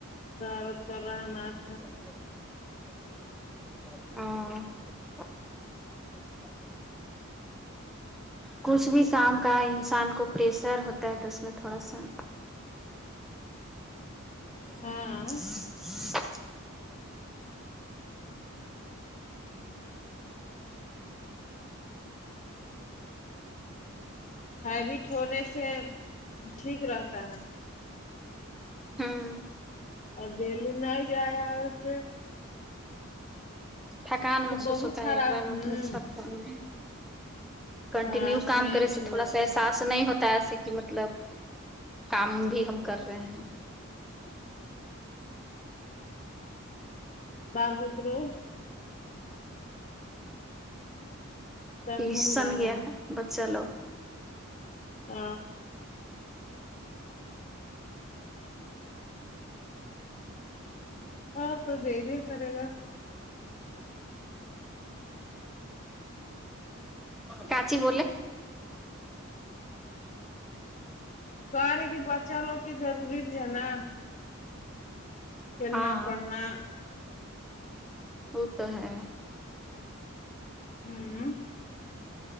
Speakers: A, on the left; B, in the centre.
A: دعوت کر رہا ہے ہم آپ
B: <unintelligible> ہ <unintelligible> کچھ بھی کام کا انسان کو پریسر ہوتا ہے تو اس میں تھوڑا سا ہوں
A: ہاں
B: <unintelligible>
A: ہیبٹ ہونے سے ٹھیک رہتا ہے
B: ہوں
A: اور دہلی میں ہی گیایا ہے ا سے
B: تھکان محسوس
A: بہت
B: ہوتا
A: ہرا
B: ہے ایک بار
A: ہوں
B: مطلب سبتام میں کنٹینیو
A: ہراسمنٹ
B: کام کرے سے
A: ہو
B: تھوڑا
A: جاتا
B: سا احساس
A: ہے
B: نہیں ہوتا ایسے کہ مطلب کام بھی ہم کر رہے ہیں
A: ہوں بال میتروں سب
B: ٹیوشن
A: گھوم رہا
B: گیا ہے اب چلو
A: ہ آ پ کو دینا ہی پڑے گا
B: کچی ب <unintelligible> ج
A: کہ رہے کہ بچے لوگ کی ضروری بھی ہے نا کھیلنا
B: ہاں
A: پڑھنا
B: وہ تو ہے
A: ہوں